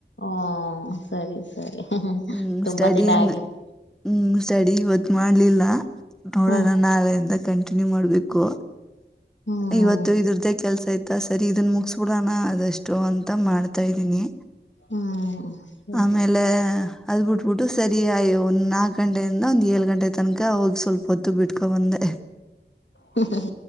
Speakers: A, on the left (about 85°); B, in the centre.
A: ಓ ಸರಿ ಸರಿ ಮ್ ಮ್
B: ಹ್ಮ್
A: ತುಂಬಾ
B: ಸ್ಟಡಿ
A: ದಿನ ಆಗಿತ್ತು
B: ಹ್ಮ್ ಸ್ಟಡಿ ಇವತ್ ಮಾಡ್ಲಿಲ್ಲ ನೋಡೋಣ
A: ಹ
B: ನಾಳೆಯಿಂದ ಕಂ ಇಂಗ ಮಾಡ್ಬೇಕು
A: ಹ್ಮ್
B: ಇವತ್ತು ಇದರದೇ ಕೆಲ್ಸ ಇದ್ ತಸ್ ಸರಿ ಇದನ್ನ ಮುಗಿಸ್ಬಿಡೋಣ ಅದೇಷ್ಟು ಅಂತ ಮಾಡ್ತಾ ಇದ್ದೀನಿ
A: ಹ್ಮ್ ಸರಿ
B: ಆಮೇಲೆ ಅದ್ ಬಿಟ್ಬಿಟ್ಟು ಸರಿಯ ಒಂದ್ ನಾಲ್ಕು ಗಂಟೆಯಿಂದ ಒಂದ ಏಳ್ ಗಂಟೆ ತನಕ ಹೋಗಿ ಸ್ವಲ್ಪ ಹೊತ್ತು ಬಿಟ್ಕೊ ಬಂದೆ
A: ಹ್ಮ್ ಹ್ಮ್